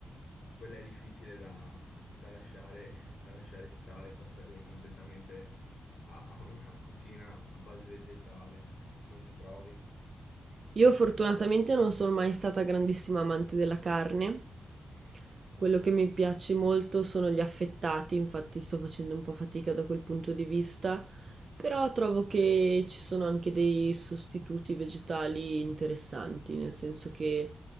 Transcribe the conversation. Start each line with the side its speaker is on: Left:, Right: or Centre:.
Left: quella è difficile da, da lasciare, da lasciare stare, passare completamente a, a una cucina a base vegetale, non trovi?
Right: Io fortunatamente non sono mai stata grandissima amante della carne, quello che mi piace molto sono gli affettati, infatti sto facendo un po' fatica da quel punto di vista, però trovo che ci sono anche dei sostituti vegetali interessanti, nel senso che